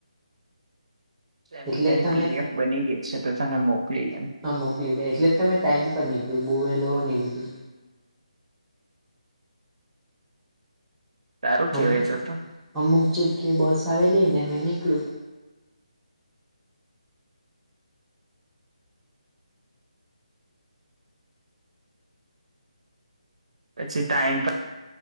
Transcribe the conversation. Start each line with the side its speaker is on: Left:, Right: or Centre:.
Right: એમ
Centre: એટલે
Right: તો તારી
Centre: જ તમે
Right: પીડીએફ બની ગઈ છે તો તને મોકલી દેમ
Centre: હા મોકલી દે એટલે જ તમે ટાઈમ પર નિકળું બહુ વહેલો હવ ની નીકળું
Right: સારું
Centre: અમ
Right: કેવાય તો તો
Centre: અમુક જગ્યાએ બસ આવેલી ને મેં નીકળું
Right: પછી ટાઈમ પણ